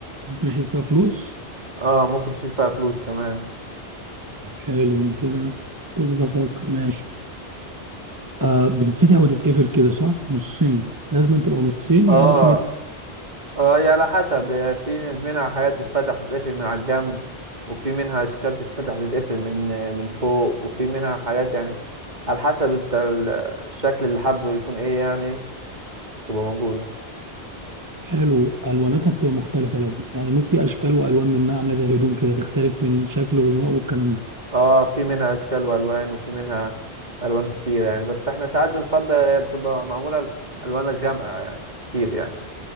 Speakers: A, on the right; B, on the right.
A: ممكن اشيل فيها فلوس
B: اه ممكن تشيل فيها فلوس كمان
A: حلو انا كده ابتديت افكر ماشي آه بتتفتح وتتقفل كده صح نصين لازم تبقى نصين
B: اه
A: يا اما في من
B: اه هي على حسب هي في منها حاجات تتفتح وتتقفل من على الجنب وفي منها اشكال تتفتح وتتقفل من من فوق وفي منها حاجات يعني على حسب انت ال- الشكل اللي حابه يكون ايه يعني تبقى موجودة
A: حلو الواناتها بتبقى مختلفه لازم يعني ممكن في اشكال والوان منها عامله زي الهدوم كده تختلف من شكل ونوع والكلام ده
B: اه في منها اشكال والوان وفي منها الوان كتيرة يعني بس احنا ساعات بنفضل هي بتبقى معمولة الوان غامقة يعني كتير يعني